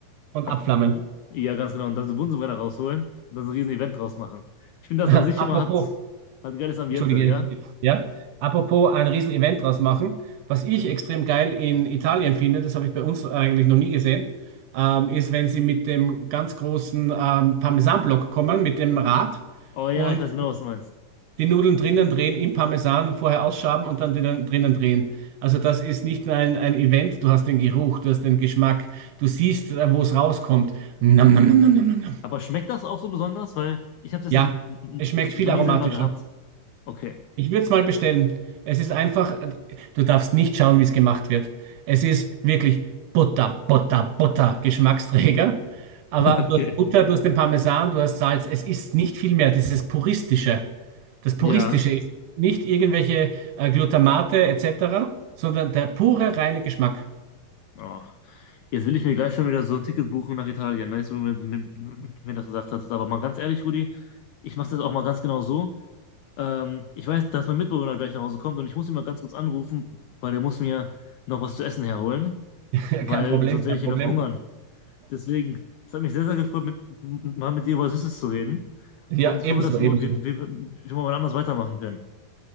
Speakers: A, on the right; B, on the left.
A: und
B: Äh,
A: abflammen.
B: Ja, ganz genau. Und dann so Bunsenbrenner rausholen und dann so ein riesen Event draus machen. Ich finde das
A: <laughs>
B: an sich
A: Apropos,
B: immer hat, hat ein geiles Ambiente,
A: Entschuldige,
B: ja?
A: ich- ja. Apropos ein Riesen-Event draus machen, was ich extrem geil in Italien finde, das habe ich bei uns eigentlich noch nie gesehen, ähm, ist, wenn sie mit dem ganz großen ähm, Parmesanblock kommen, mit dem Rad
B: Oh ja,
A: und
B: ich weiß genau, was du meinst.
A: die Nudeln drinnen drehen, im Parmesan vorher ausschaben und dann drinnen drinnen drehen. Also das ist nicht nur ein, ein Event, du hast den Geruch, du hast den Geschmack, du siehst, äh, wo es rauskommt. Nam, nam, nam, nam, nam, nam. nam.
B: Aber schmeckt das auch so besonders? Weil ich habe das
A: Ja,
B: n- n- n-
A: es schmeckt viel
B: noch nie
A: aromatischer.
B: selber gehabt. Okay,
A: Ich würde es mal bestellen. Es ist einfach, du darfst nicht schauen, wie es gemacht wird. Es ist wirklich Butter, Butter, Butter, Geschmacksträger. Aber
B: okay.
A: du hast Butter, du hast den Parmesan, du hast Salz. Es ist nicht viel mehr. Dieses Puristische. Das Puristische
B: Ja.
A: ist nicht irgendwelche äh, Glutamate etc., sondern der pure, reine Geschmack.
B: Oh. Jetzt will ich mir gleich schon wieder so ein Ticket buchen nach Italien. Nice, wo du mir, mir, mir das gesagt hast. Aber mal ganz ehrlich, Rudi, ich mache das auch mal ganz genau so. Ähm, ich weiß, dass mein Mitbewohner gleich nach Hause kommt und ich muss ihn mal ganz kurz anrufen, weil der muss mir noch was zu essen herholen.
A: <laughs> Ja,
B: weil
A: Kein Problem,
B: sonst werde
A: kein
B: ich hier
A: Problem.
B: noch verhungern. Deswegen, es hat mich sehr, sehr gefreut, mit, m- mal mit dir über Süßes zu reden.
A: Ja,
B: Und ich
A: ebenso,
B: hoffe, dass wir,
A: ebenso.
B: mal- wir, wir, wir mal wann anders weitermachen können.